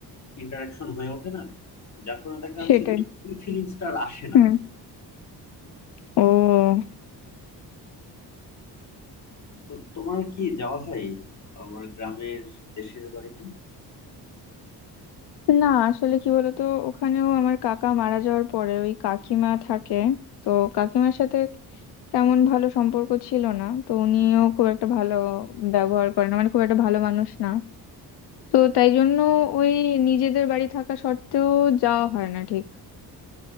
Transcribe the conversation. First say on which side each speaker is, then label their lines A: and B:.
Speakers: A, on the left; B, on the left.
A: ইন্টারাকশন হয়ে ওঠে না যার কারণে দেখা যাচ্ছে
B: সেটাই
A: যে ওই ফিলিংসটা আর আসে না
B: হুম ও
A: তো তোমার কি যাওয়া হয় আমার গ্রামের দেশের বাড়িতে
B: না আসলে কি বলতো ওখানেও আমার কাকা মারা যাওয়ার পরে ওই কাকিমা থাকে তো কাকিমার সাথে তেমন ভালো সম্পর্ক ছিল না তো উনিও খুব একটা ভালো ব্যবহার করেন মানে খুব একটা ভালো মানুষ না তো তাই জন্য ওই নিজেদের বাড়ি থাকা সত্ত্বেও যাওয়া হয় না ঠিক